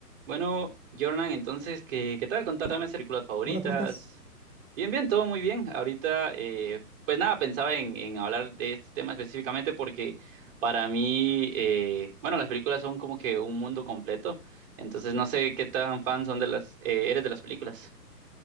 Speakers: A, on the right (about 35°); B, in the centre.
A: Bueno, Jordan, entonces, ¿qué, qué tal? Contame tus películas favoritas.
B: Hola, ¿cómo estás?
A: Bien, bien, todo muy bien. Ahorita, eh, pues nada, pensaba en, en hablar de este tema específicamente porque para mí, eh, bueno, las películas son como que un mundo completo. Entonces, no sé qué tan fan son de las, eh, eres de las películas.